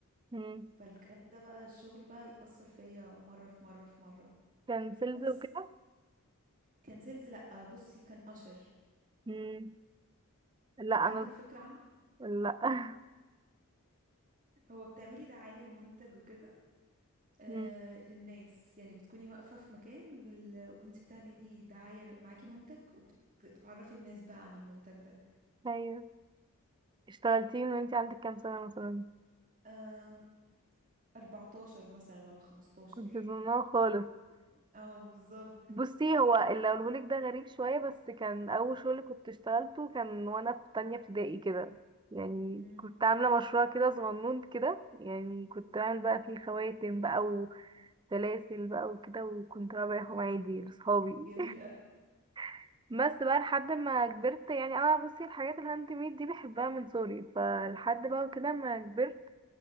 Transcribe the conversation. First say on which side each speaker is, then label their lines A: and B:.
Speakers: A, on the right (about 20°); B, on the right (about 35°).
A: مم.
B: فالكلام ده بقى الشغل بقى يأثر فيا مرة في مرة في مرة
A: كان سيلز
B: بس
A: وكده
B: كان سيلز لأ بصي كان أشر
A: مم. لا
B: عندك
A: انا
B: فكرة عنه
A: لا
B: هو بتعملي دعاية لمنتج وكده آه
A: <laughs> مم.
B: للناس يعني بتكوني واقفة في مكان وال... وانت بتعملي دعاية ل- معاكي منتج وبتعرفي الناس بقى عن المنتج ده
A: ايوه اشتغلتي من وانتي عندك كام سنة مثلا
B: آه 14 مثلا ولا 15
A: كنت ظنها خالص
B: اه بالظبط
A: بصي هو اللي اقولهولك ده غريب شوية بس كان اول شغل كنت اشتغلته كان وانا في تانية ابتدائي كده يعني
B: مم.
A: كنت عاملة مشروع كده صغنون كده يعني كنت عامل بقى فيه خواتم بقى سلاسل بقى وكده وكنت بقى ببيعهم عادي لصحابي
B: جميل أوي
A: <laughs> بس بقى لحد ما كبرت يعني انا بصي الحاجات الهاند ميد دي بحبها من صغري فلحد بقى كده ما كبرت